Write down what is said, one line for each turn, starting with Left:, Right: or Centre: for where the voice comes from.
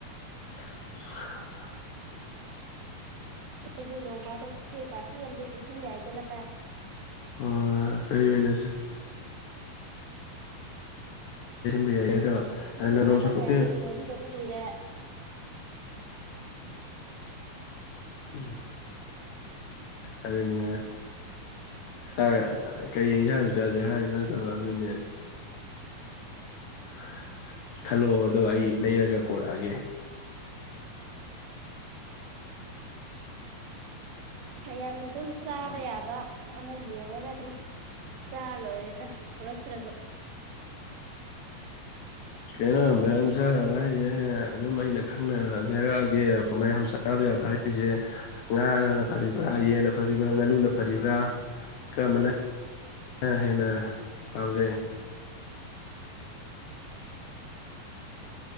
Left: <inaudible>
Right: ꯑꯩꯈꯣꯏꯁꯨ ꯅꯣꯡ ꯐꯥꯗꯣꯛꯇꯦ ꯄꯥꯔꯇꯤ ꯑꯗ ꯁꯤꯟ ꯌꯥꯏꯗꯅ
Left: ꯑ ꯀꯩ ꯑꯣꯏꯅꯁꯨꯦ ꯌꯥꯏꯌꯦ ꯑꯗꯣ
Right: ꯑꯗꯨꯝ ꯏꯃꯥꯟꯅꯕ
Left: ꯅꯣꯡ ꯐꯥꯗꯣꯛꯇꯤ
Right: ꯃꯌꯥꯝꯗ ꯎꯅꯈꯤꯗꯕ ꯀꯨꯏꯔꯦ
Left: ꯎꯝ ꯑꯗꯨꯗꯅꯦ ꯍ ꯀꯩ ꯏꯪꯁꯥꯡ ꯆꯖꯦ ꯍꯥꯏꯅꫭ ꯑ ꯑꯗꯨꯅꯤ <unintelligible> ꯈꯜꯂꯣ ꯑꯗꯣ ꯑꯩ ꯂꯩꯔꯒ ꯄꯨꯔꯛꯑꯒꯦ
Right: ꯃꯌꯥꯝꯅ ꯑꯗꯨꯝ ꯆꯥꯕ ꯌꯥꯕ ꯑꯃ ꯌꯦꯡꯉꯒ ꯑꯗꯨꯝ ꯆꯥꯔ ꯂꯣꯏꯔꯗ꯭ꯔꯥ ꯄꯨꯔꯛꯇ꯭ꯔꯁꯨ
Left: ꯀꯩꯅꯣ ꯃꯌꯥꯝ ꯆꯥ ꯍꯥꯏꯁꯦ ꯑꯗꯨꯝ ꯑꯩꯅ ꯈꯪꯅ ꯂꯩꯔꯛꯒꯤ ꯃꯌꯥꯝ ꯆꯥꯅꯕ ꯌꯥꯕ꯭ꯔꯥ ꯍꯥꯏꯔꯤꯁꯦ ꯉꯥꯅ ꯐꯔꯤꯕ꯭ꯔꯥ ꯌꯦꯟꯟꯅ ꯐꯔꯤꯕ꯭ꯔꯥ ꯉꯥꯅꯨꯅ ꯐꯔꯤꯕ꯭ꯔꯥ ꯀꯃꯅ ꯑ ꯍꯦꯟꯅ ꯄꯥꯝꯒꯦ